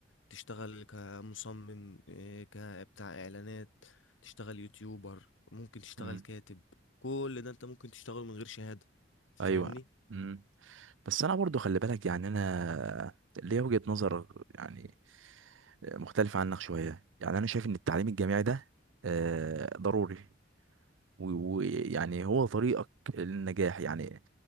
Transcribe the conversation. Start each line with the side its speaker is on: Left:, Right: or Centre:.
Left: تشتغل كمصمم إيه، كبتاع اعلانات تشتغل يوتيوبر ممكن تشتغل
Right: مم.
Left: كاتب كل ده انت ممكن تشتغله من غير شهاده فاهمني
Right: ايوه امم بس انا برضو خلي بالك يعني انا ليا وجهة نظر يعني مختلفة عنك شوية يعني انا شايف ان التعليم الجامعي ده آه، ضروري و- ويعني هو طريقك للنجاح يعني